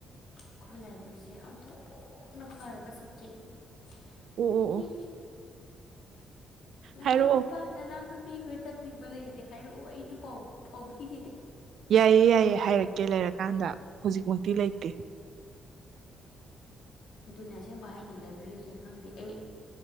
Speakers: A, on the left; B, on the right.
A: ꯑꯩꯈꯣꯏ ꯂꯥꯏꯕ꯭ꯔꯦꯔꯤꯁꯦ ꯑꯣꯟꯊꯣꯛꯅ ꯐꯔꯕ ꯁꯕꯖꯦꯛꯅꯤ
B: ꯑꯣ
A: ꯅꯪꯒꯤ
B: ꯑꯣ ꯑꯣ
A: ꯅꯅꯥꯎꯅꯨꯄꯥ
B: ꯍꯥꯏꯔꯛꯑꯣ
A: ꯅꯅꯥꯎ ꯅꯨꯄꯤꯈꯣꯏ ꯇꯝꯅꯤꯡꯕ ꯂꯩꯔꯗꯤ ꯍꯥꯏꯔꯛꯑꯣ ꯑꯩꯅ ꯄꯥꯎ ꯐꯥꯎꯕꯤꯒꯦ
B: ꯌꯥꯏꯌꯦ ꯌꯥꯏꯌꯦ ꯍꯥꯏꯔꯛꯀꯦ ꯂꯩꯔꯀꯥꯟꯗ ꯍꯧꯖꯤꯛꯃꯛꯇꯤ ꯂꯩꯇꯦ
A: ꯑꯗꯨꯅꯤ ꯑꯁꯦꯡꯕ ꯍꯥꯏꯅ ꯂꯥꯏꯕ꯭ꯔꯦꯔꯤꯁꯦ ꯈꯪꯗꯦ ꯑꯩ